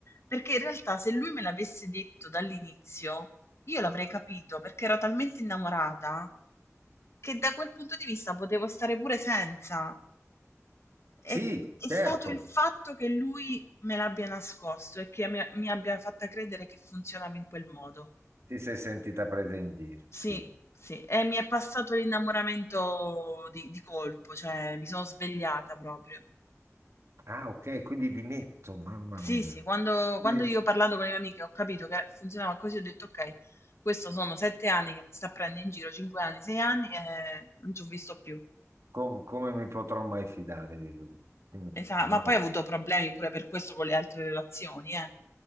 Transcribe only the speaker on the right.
sì,
certo,
ti sei sentita presa in giro.
Sì.
Ah, ok, quindi di netto, mamma
mia.
Sì,
co- come mi potrò mai fidare di lui? Mm,
no.